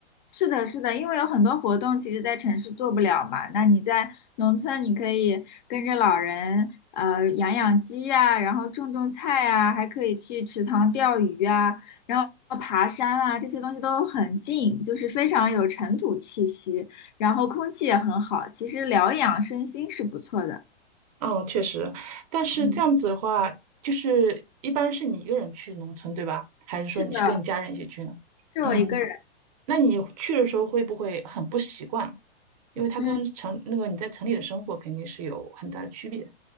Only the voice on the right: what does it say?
嗯，确实，但是这样子的话，
就是一般是你一个人去农村，对吧？还是说你是跟你家人一起去呢？
嗯，那你去的时候会不会很不习惯？因为它跟城那个你在城里的生活肯定是有很大的区别。